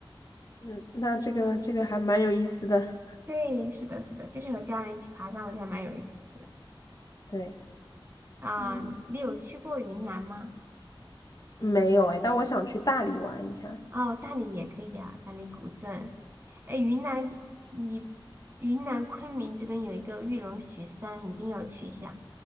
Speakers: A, on the left; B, on the right.
A: 嗯，那这个这个还蛮有意思的。
B: <laughs> 对，是的，是的，就是和家人一起爬山，我觉得还蛮有意思的
A: <laughs> 对，
B: 啊。
A: 嗯
B: 你有去过云南吗？
A: 没有哎，但我想去大理玩一下。
B: 哦，大理也可以啊，大理古镇。哎，云南，你云南昆明这边有一个玉龙雪山，一定要去一下，